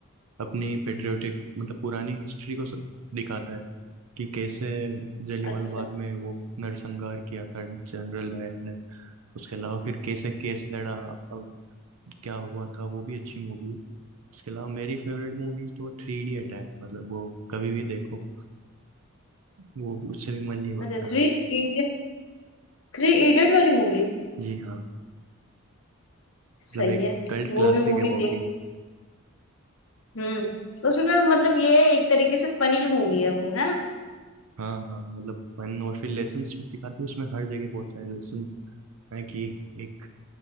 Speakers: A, on the right; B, on the left.
A: अपनी पेट्रियोटिक मतलब पुरानी हिस्ट्री को सब दिखाता है कि कैसे जलियांवाला
B: अच्छा
A: बाग में वो नरसंहार किया था जनरल डायर ने उसके अलावा फिर कैसे केस लड़ा और क्या हुआ था वो भी अच्छी मूवी है उसके अलावा मेरी फेवरेट मूवी तो थ्री इडियट है मतलब वो कभी भी देखो वो भी उससे भी मन नहीं भरता
B: अच्छा थ्री इडियट थ्री इडियट वाली मूवी
A: जी हाँ
B: सही
A: मतलब एक
B: है
A: कल्ट
B: वो
A: क्लासिक
B: भी मूवी
A: है वो
B: देख
A: भी
B: हम्म उसमें मतलब ये एक तरीके से फनी मूवी है वो है ना
A: हाँ हाँ मतलब फन और फिर लेसन्स भी सिखाती है उसमें हर जगह बहुत सारे लेसन्स है कि एक